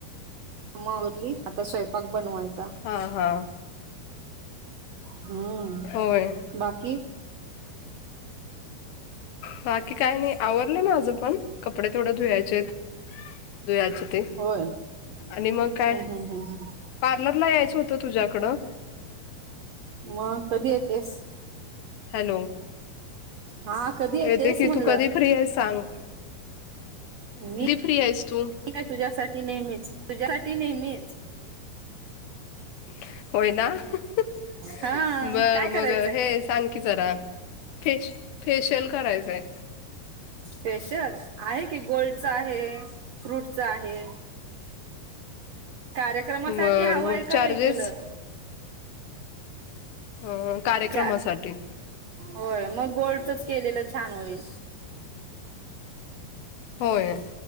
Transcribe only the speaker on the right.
अम्मा आवरली आता स्वयपाक बनवायच.
हम्म
बाकी.
होय
हम्म
हम्म हम्म
मग कधी येतेस.
हा. कधी येतेस
म्हणलं
मी
ठीक आहे तुझ्यासाठी नेहमीच, तुझ्यासाठी नेहमीच.
हा काय करायचंय
फेशयल आहे की गोल्डचं आहे, फ्रूटच आहे कार्यक्रमासाठी
हवं
आहे का
रेग्युलर?
चार होय मग गोल्डचंच केलेलं छान होईल.